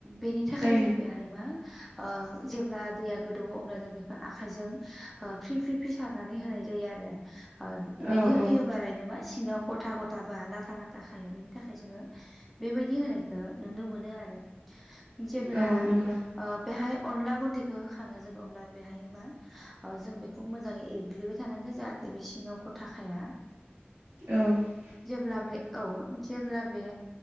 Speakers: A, in the centre; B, on the right (about 75°).
A: बेनि थाखाय
B: जायो
A: जों बेहाय बा ओ जेब्ला दैया गोदौओ अब्ला जों बेखौ आखजों ओ फ्रि फ्रि फ्रि सारनानै होनाय जायो आरो ओ बिदि
B: औ
A: होयोबालायनो
B: औ
A: मा सिङाव गथा गथाबा लाथा लाथा खाया बेनि थाखाय जोङो बेबायदि होनायखौ नुनो मोनो आरो जेब्ला
B: औ नंगौ
A: ओ बेहाय अनला गुन्दैखौ होखाङो जों अब्ला बेहाय मा ओ जों बेखौ मोजाङै एग्लिबाय थानांगौ जाहाथे बि सिङाव गथाखाया
B: औ
A: जेब्ला बे औ जेब्ला बे